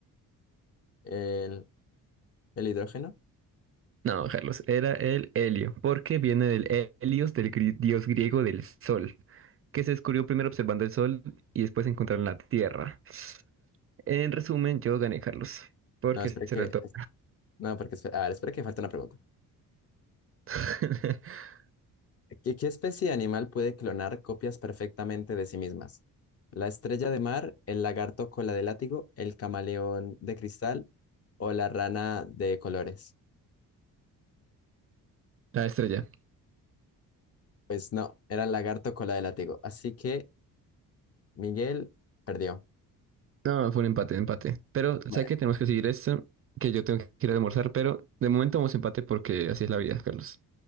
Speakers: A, on the left; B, on the right.
A: ¿El, el hidrógeno?
B: No, Carlos, era el helio, porque viene del he- helios, del gri- dios griego del sol, que se descubrió primero observando el sol y después encontraron la tierra. En resumen, yo gané, Carlos, porque
A: No, espere
B: será
A: que...
B: el top.
A: No, porque... espe- A ver, espere que falta una pregunta.
B: <laughs>
A: ¿Qué, qué especie de animal puede clonar copias perfectamente de sí mismas? ¿La estrella de mar, el lagarto cola de látigo, el camaleón de cristal o la rana de colores?
B: La estrella.
A: Pues no, era el lagarto cola de látigo. Así que Miguel perdió.
B: No, fue un empate, empate. Pero
A: Bueno,
B: sé que tenemos que seguir esto, que yo tengo que ir a almorzar, pero de momento vamos empate porque así es la vida, Carlos.